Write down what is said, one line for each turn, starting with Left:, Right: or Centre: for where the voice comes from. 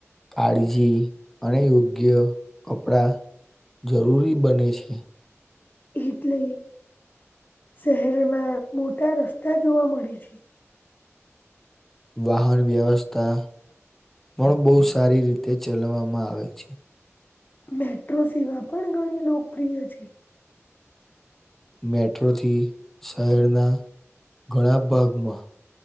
Centre: કાળજી અને યોગ્ય કપડા જરૂરી બને છે.
Left: એટલે શહેરમાં મોટા રસ્તા જોવા મળે છે.
Centre: વાહન વ્યવસ્થા પણ બહુ સારી રીતે ચલાવવામાં આવે છે.
Left: મેટ્રો સેવા પણ ઘણી લોકપ્રિય છે.
Centre: મેટ્રોથી શહેરના ઘણા ભાગમાં